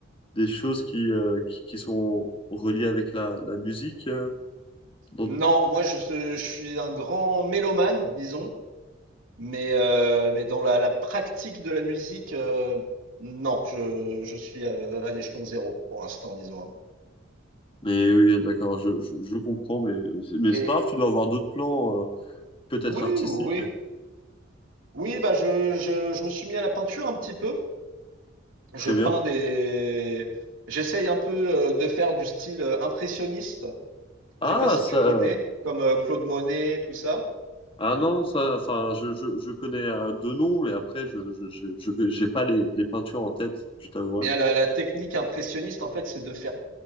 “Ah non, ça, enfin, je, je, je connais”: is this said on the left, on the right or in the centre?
Left